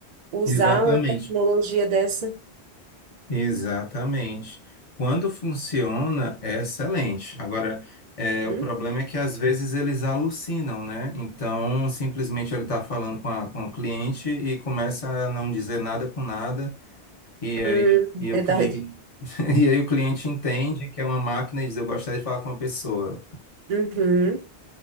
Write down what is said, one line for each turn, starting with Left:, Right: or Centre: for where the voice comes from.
Right: usar
Left: Exatamente,
Right: uma tecnologia dessa.
Left: exatamente. Quando funciona, é excelente. Agora, é,
Right: Uhum.
Left: o problema é que às vezes eles alucinam, né? Então, simplesmente ele está falando com a, com o cliente e começa a não dizer nada com nada, e aí,
Right: Hum,
Left: e o
Right: verdade.
Left: cliente, <laughs> e aí o cliente entende que é uma máquina e diz, eu gostaria de falar com uma pessoa.
Right: uhum